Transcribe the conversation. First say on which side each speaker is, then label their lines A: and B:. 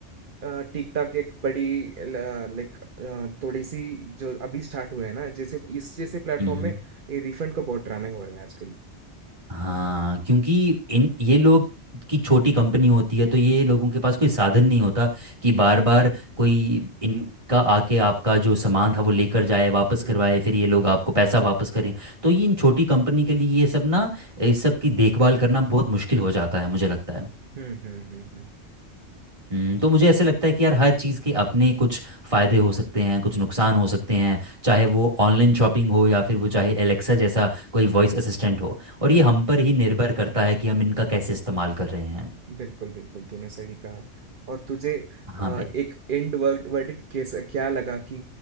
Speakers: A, on the right; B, on the right.
A: अ, टिकटॉक एक बड़ी लाइक थोड़ी सी जो अभी स्टार्ट हुए हैं ना जैसे इस जैसे प्लेटफॉर्म
B: हम्म
A: में रिफंड का बहुत ड्रामे हो रहे हैं आजकल
B: हाँ क्योंकि इन ये लोग की छोटी कंपनी होती है तो ये लोगों के पास कोई साधन नहीं होता कि बार बार कोई इनका आके आपका जो सामान था वो लेकर जाए वापस करवाए
A: हम्म हम्म
B: फिर ये लोग आपको पैसा वापस करें तो ये इन छोटी कंपनी के लिए ये सब ना इस सब की देखभाल करना बहुत मुश्किल हो जाता है मुझे लगता है
A: हम्म हम्म हम्म हम्म।
B: हम्म, तो मुझे ऐसे लगता है कि यार हर चीज़ के अपने कुछ फ़ायदे हो सकते हैं कुछ नुकसान हो सकते हैं चाहे वो ऑनलाइन शॉपिंग हो या फिर वो चाहे एलेक्सा जैसा कोई वॉइस असिस्टेंट हो और
A: हम्म
B: ये हम पर ही निर्भर करता है कि हम इनका कैसे इस्तेमाल कर रहे हैं
A: बिल्कुल बिल्कुल तूने सही कहा और तुझे अ,
B: हाँ भाई
A: एक एंड वर्ड वर्डिक्ट केस क्या लगा कि